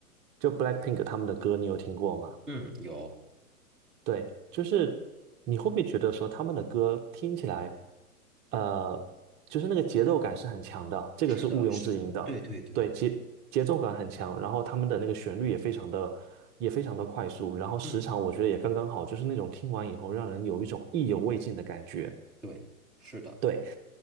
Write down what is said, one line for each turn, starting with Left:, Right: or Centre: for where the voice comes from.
Right: 就 BLACKPINK 他们的歌你有听过吗？
Centre: 嗯，有，
Right: 对，就是你会不会觉得说他们的歌听起来，呃，就是那个节奏感是很强的，这个是毋庸置疑的。
Centre: 是的，是的，对对对，
Right: 对，节节奏感很强，然后他们的那个旋律也非常的也非常的快速，然后时长我觉得也刚刚好，
Centre: 嗯，
Right: 就是那种听完以后让人有一种意犹未尽的感觉。
Centre: 对，是的。
Right: 对，